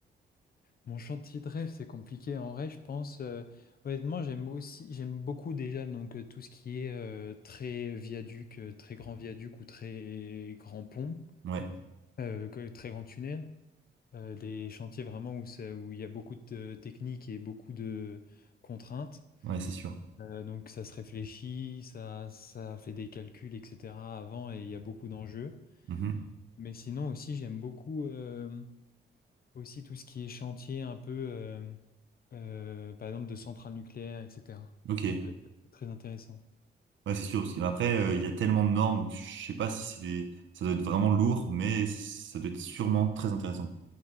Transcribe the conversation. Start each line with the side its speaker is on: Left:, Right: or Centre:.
Left: Mon chantier de rêve, c'est compliqué. En vrai, je pense, euh, honnêtement, j'aime aussi, j'aime beaucoup déjà donc, euh, tout ce qui est euh, très viaduc, euh, très grand viaduc ou très grand pont,
Right: Ouais,
Left: euh, que- très grand tunnel. euh, des chantiers vraiment où, ça- où il y a beaucoup de techniques et beaucoup de contraintes.
Right: ouais, c'est sûr.
Left: Euh, donc ça se réfléchit, ça, ça fait des calculs, etc. avant et il y a beaucoup d'enjeux.
Right: Mhm.
Left: Mais sinon aussi, j'aime beaucoup euh, aussi tout ce qui est chantier un peu, euh, euh, par exemple, de centrales nucléaires, etc.,
Right: Ok.
Left: qui peut être très intéressant.
Right: Ouais, c'est sûr, parce qu'après, euh, il y a tellement de normes que je sais pas si c'est des... ça doit être vraiment lourd, mais ça doit être sûrement très intéressant.